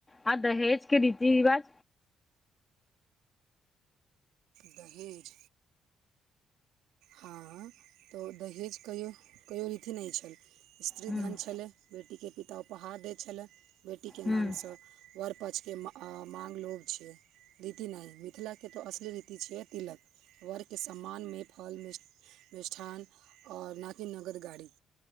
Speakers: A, on the left; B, on the right.
A: आ दहेज के रीति रिवाज?
B: दहेज, हँ तऽ दहेज कहियो कहियो रीति नहि छै स्त्रीधन
A: हूँ
B: छलय बेटीके पिता उपहार दै छलय बेटीके
A: हुँ
B: नामसँ वर पक्षके मांग लोभ छैै! रीति नहि मिथिला के तो असल रीति छियै तिलक वर के सम्मान मे, फल मि मिष्ठान आओर नाकि नगद गाड़ी,